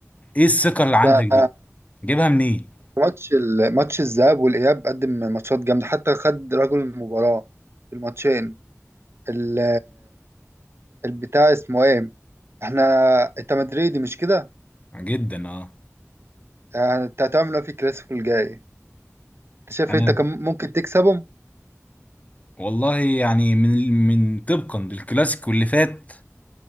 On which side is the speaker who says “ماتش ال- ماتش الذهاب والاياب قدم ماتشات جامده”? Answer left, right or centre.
Right